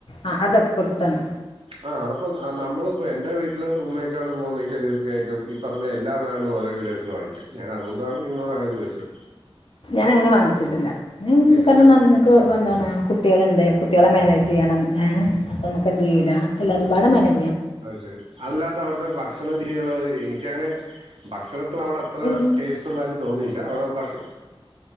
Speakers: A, on the left; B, on the right.
A: ആഹ് അതൊക്കെ കൊട്ത്താണ്
B: ആ അപ്പം അ നമ്മള് പ്പോ എന്റെ വീട്ടില് ഉമ്മ ഒക്കാണ് പോകുന്നതെങ്കി തീർച്ചായിട്ടും ഈ പറഞ്ഞ എല്ലാ സാനവും ഓരോ കിലോ വെച്ച് വാങ്ങിക്കും ഞാൻ അതുകൊണ്ടാണ് നിങ്ങളോട് അങ്ങനെ ചോദിച്ചത്
A: ഞാന് അങ്ങനെ വാങ്ങിച്ചിട്ടില്ല
B: ഇല്ലല്ലേ
A: കാരണം നമുക്ക് വെന്താണ് കുട്ടികള്ണ്ട് കുട്ട്യാളെ മാനേജെയ്യണം അപ്പം നമുക്കെന്തെയ്യൂല എല്ലാതുംപാടെ മാനേ
B: അഹ്ശരി അല്ലാത്തവ്ടുത്തെ ഭക്ഷണ രീതികള് എനിക്കങ്ങനെ ഭക്ഷണം ളവ്ടത്ര
A: എനിക്ക്
B: ടേസ്റ്റുള്ളാതിരി തോന്നിയില്ല അവിടെ ഭക്ഷ